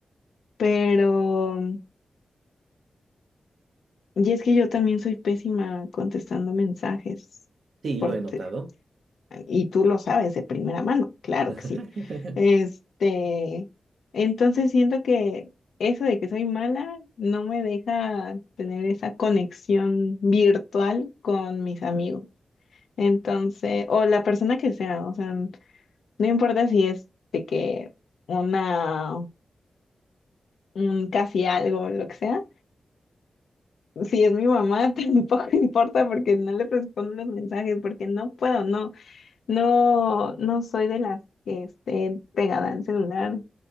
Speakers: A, on the left; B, on the right.
A: Pero... Y es que yo también soy pésima contestando mensajes
B: Sí,
A: por
B: lo he
A: te-
B: notado.
A: y tú lo sabes de primera mano, claro
B: <laughs>
A: que sí. Este, entonces siento que eso de que soy mala no me deja tener esa conexión virtual con mis amigos. Entonces, o la persona que sea, o sea, no importa si es de que una, un casi algo, lo que sea Si es mi mamá, <laughs> tampoco importa porque no le respondo los mensajes, porque no puedo, no, no, no soy de las que esté pegada al celular